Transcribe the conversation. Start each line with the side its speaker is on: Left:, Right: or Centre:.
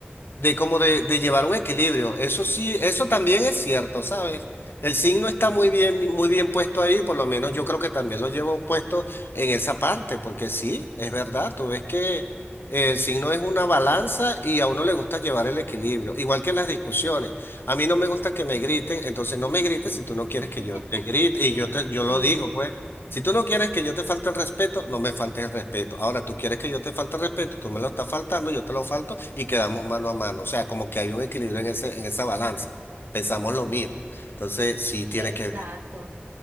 Left: de como de, de llevar un equilibrio. Eso sí, eso también es cierto, ¿sabes? El signo está muy bien, muy bien puesto ahí, por lo menos yo creo que también lo llevo puesto en esa parte, porque sí, es verdad, tú ves que eh, el signo es una balanza y a uno le gusta llevar el equilibrio, igual que en las discusiones. A mí no me gusta que me griten, entonces no me grites si tú no quieres
Right: <laughs>
Left: que yo te grite, y yo te, yo lo
Right: Sí,
Left: digo, pues. Si tú no quieres que yo te falte el respeto, no me faltes el respeto. Ahora, tú quieres que yo te falte el respeto, tú me lo estás faltando, yo te lo falto y quedamos mano a mano. O sea, como que hay un equilibrio en ese, en esa balanza. Pensamos lo mismo. Entonces, sí tiene
Right: exacto.
Left: que ver.